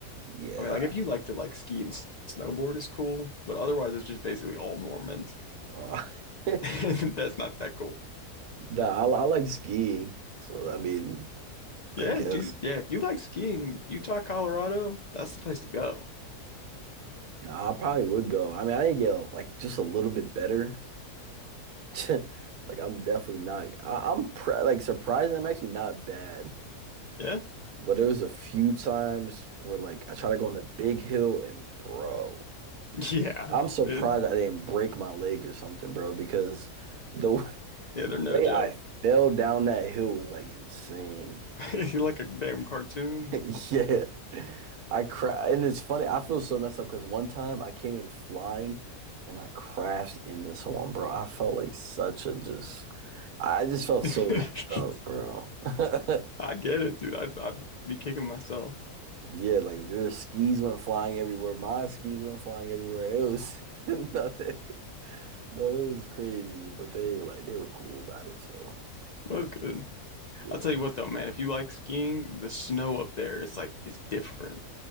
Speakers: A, on the right; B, on the left.
A: Yeah,
B: I mean, like if you like to like ski and s- snowboard is cool, but otherwise it's just basically all Mormons.
A: uh, <laughs>
B: <laughs> That's not that cool.
A: nah, I, I like skiing, so I mean,
B: Yeah,
A: I guess.
B: dude. Yeah, if you like skiing, Utah, Colorado, that's the place to go.
A: Nah, I probably would go. I mean, I didn't get like just a little bit better <laughs> Like I'm definitely not. I, I'm pr like surprised. I'm actually not bad,
B: Yeah,
A: but there was a few times where like I try to go on the big hill and bro,
B: <laughs> yeah,
A: I'm surprised
B: And-
A: I didn't break my leg or something, bro, because the w- <laughs>
B: yeah.
A: the
B: They're no
A: way
B: joke.
A: I fell down that hill was like insane.
B: <laughs> If you like a damn cartoon,
A: <laughs> Yeah, I cra and it's funny. I feel so messed up because one time I came in flying and I crashed into someone, bro. I felt like such a just. I just
B: <laughs>
A: felt
B: I
A: so messed up, bro. <laughs>
B: get it, dude. I'd, I'd be kicking myself.
A: Yeah, like their skis went flying everywhere. My skis went flying everywhere. It was <laughs> nothing. No, it was crazy. But they were like they were cool about it. So
B: That was good.
A: yeah,
B: I'll tell you what though, man. If you like skiing, the snow up there, it's like it's different.